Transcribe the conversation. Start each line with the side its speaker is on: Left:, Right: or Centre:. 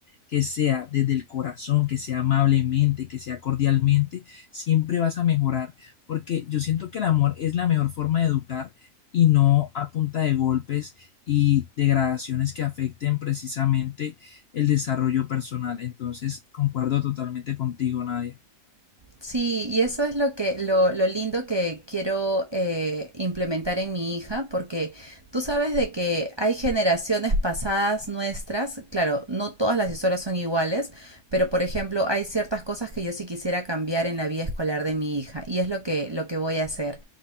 Left: que sea desde el corazón, que sea amablemente, que sea cordialmente, siempre vas a mejorar, porque yo siento que el amor es la mejor forma de educar y no a punta de golpes y degradaciones que afecten precisamente el desarrollo personal. Entonces, concuerdo totalmente contigo, Nadia.
Right: Sí, y eso es lo que, lo, lo lindo que quiero eh, implementar en mi hija, porque tú sabes de que hay generaciones pasadas nuestras, claro, no todas las historias son iguales, pero por ejemplo, hay ciertas cosas que yo sí quisiera cambiar en la vida escolar de mi hija, y es lo que, lo que voy a hacer.